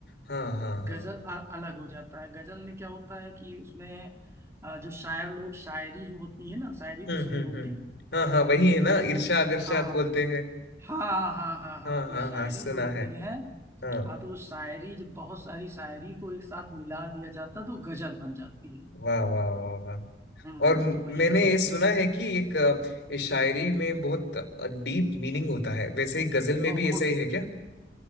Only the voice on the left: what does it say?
हाँ हाँ हाँ
हम्म
हम्म
हम्म हाँ हाँ वही है
ना इरशा अगर
शाद बोलते हैं
हाँ
हाँ
हाँ सुना
है
हाँ
वाह वाह वाह वाह
और म-
मैंने
ये सुना है कि एक अ, इस शायरी में बहुत डीप मीनिंग होता है वैसे ही गजल में
भी ऐसा ही है क्या